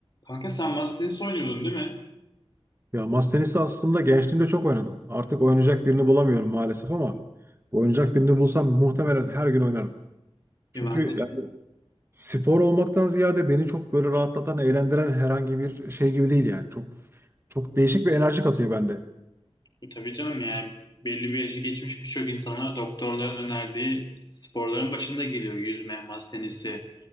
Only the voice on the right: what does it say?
Ya masa tenisi aslında gençliğimde çok oynadım. Artık oynayacak birini bulamıyorum maalesef ama oynayacak birini bulsam muhtemelen her gün oynarım. Çünkü
yani spor olmaktan ziyade beni çok böyle rahatlatan, eğlendiren herhangi bir şey gibi değil yani. Çok çok değişik bir enerji katıyor bende.